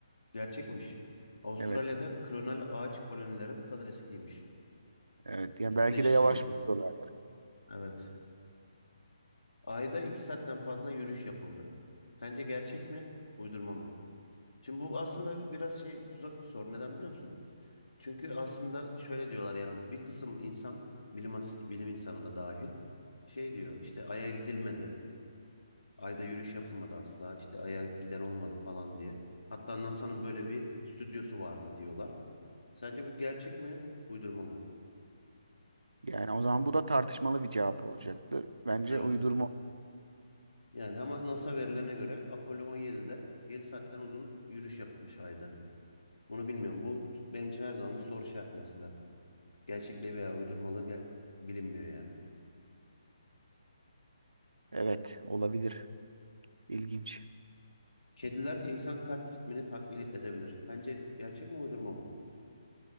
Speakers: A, on the left (about 80°); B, on the right (about 80°).
A: Gerçekmiş. Avustralya'da
B: Evet.
A: klonal ağaç kolonileri bu kadar eskiymiş.
B: Evet. Yani
A: Çok
B: belki
A: değişik
B: de yavaş
A: bir bilgi.
B: büyüyorlar.
A: Evet. Ayda 2 saatten fazla yürüyüş yapıldı. Sence gerçek mi, uydurma mı? Şimdi bu aslında biraz şey tuzak bir soru. Neden biliyor musun? Çünkü aslında şöyle diyorlar yani bir kısım insan, bilim, as- bilim insanı da dahil, şey diyor işte Ay'a gidilmedi, Ay'da yürüyüş yapılmadı asla, işte Ay'a giden olmadı falan diye. Hatta NASA'nın böyle bir stüdyosu vardı diyorlar. Sence bu gerçek mi, uydurma mı?
B: Yani o zaman bu da tartışmalı bir cevap olacaktır. Bence
A: Evet.
B: uydurma.
A: Yani ama NASA verilerine göre Apollo 17'de 7 saatten uzun yürüyüş yapılmış Ay'da. Bunu bilmiyorum. Bu benim için her zaman bir soru işareti mesela. Gerçekliği veya uydurmalığı ge- bilinmiyor yani.
B: Evet. Olabilir. İlginç.
A: Kediler insan kalp ritmini taklit edebilir. Sence gerçek mi uydurma mı?